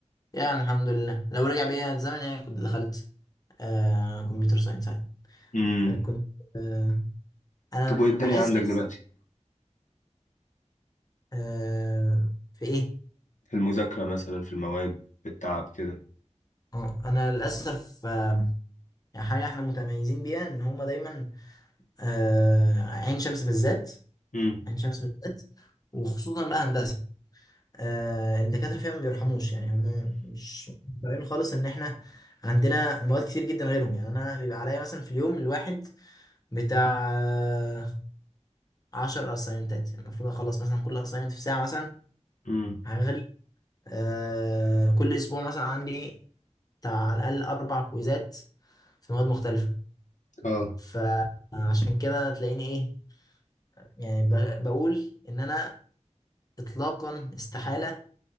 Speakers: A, on the left; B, on the left.
A: يعني الحمد لله لو رجع بيا الزمن يعني كنت دخلت آه كمبيوتر ساينس يعني
B: امم
A: آه كنت آه انا
B: طب وإيه الدنيا
A: بحس
B: عندك
A: بس
B: دلوقتي؟
A: آه في ايه
B: في المذاكرة مثلا في المواد في التعب كده
A: آه انا للاسف آه يعني حاجه احنا متميزين بيها ان هما دايما آه عين شمس بالذات
B: امم
A: عين شمس بالذات وخصوصا بقى هندسه آه، الدكاترة فيها ما بيرحموش يعني هم مش فاهمين خالص ان احنا عندنا مواد كتير جدا غيرهم يعني انا بيبقى عليا مثلا في اليوم الواحد بتاع آه، عشر اساينتات يعني المفروض اخلص مثلا كل اساينمنت في ساعة مثلا
B: امم
A: حاجة غريبة آه كل اسبوع مثلا عندي بتاع على الاقل اربع كويزات في مواد مختلفة
B: اه
A: فعشان كده تلاقيني ايه يعني ب- بقول ان انا اطلاقا استحالة